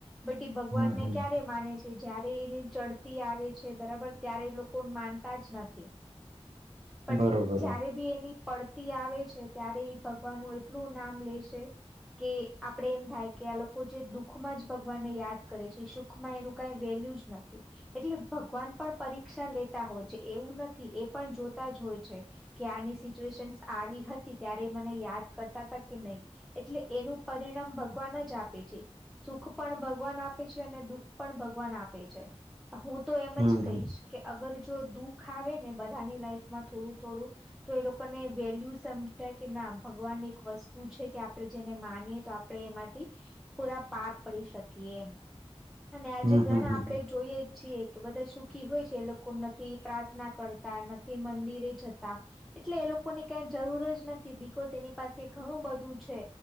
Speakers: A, in the centre; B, on the right (about 70°).
A: બી, ભગવાનને
B: હમ હમ
A: ક્યારે માને છે જ્યારે ચડતી આવે છે, બરાબર ત્યારે લોકો પણ માનતા જ નથી. બટ
B: બરોબર
A: જ્યારે બી એની. પડતી આવે છે, ત્યારે એ ભગવાનનું એટલું નામ લે છે કે આપડે એમ થાય કે આ લોકો જે દુખમાં જ ભગવાનને યાદ કરે છે, સુખ માં એનું કઈ વેલ્યુ જ નથી‌. એટલે ભગવાન પણ પ રીક્ષા શિક્ષા લેતા હોય છે, એવું નથી એ પણ જોતા જ હોય છે કે આની સિચ્યુએશન આવી હતી ત્યારે મને યાદ કરતા હતા કે નહી, એટલે એનું પરિણામ ભગવાન જ આપે છે. સુખ પણ ભગવાન આપે છે અને દુઃખ પણ ભગવાન આપે છે. હું તો એમ
B: હમ
A: જ કહીશ.
B: હમ
A: અગર જો દુઃખ આવે ને, બધાની લાઈફમાં થોડું થોડું તો એ લોકોને વેલ્યુ સમજાય કે ના, ભગવાન એક વસ્તુ છે કે, આપણે જેને માનીએ તો આપણે એમાંથી પૂરા પાર પડી શકીએ. અને આજે
B: હમ
A: ઘણા
B: હમ
A: આપડે
B: હમ
A: જોઈએ છીએ. કે બધા સુખી હોય છે, એ લોકો નથી પ્રાર્થના કરતા નથી મંદિરે જતા, એટલે એ લોકોની કઈ જરૂર જ નથી બિકોઝ એની પાસે ઘણું બધું છે.